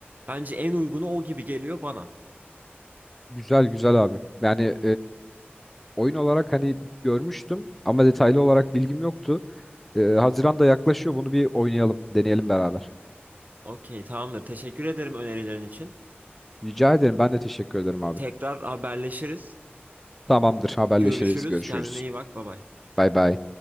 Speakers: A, on the right (about 45°); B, in the centre.
A: Bence en uygunu o gibi geliyor bana.
B: Güzel güzel abi. Yani oyun olarak hani görmüştüm ama detaylı olarak bilgim yoktu. Ee, Haziran da yaklaşıyor. Bunu bir oynayalım, deneyelim beraber.
A: Okey tamamdır. Teşekkür ederim önerilerin için.
B: Rica ederim. Ben de teşekkür ederim abi.
A: Tekrar haberleşiriz.
B: Tamamdır. Haberleşiriz.
A: Görüşürüz.
B: Görüşürüz.
A: Kendine iyi bak. Bay bay.
B: Bay bay.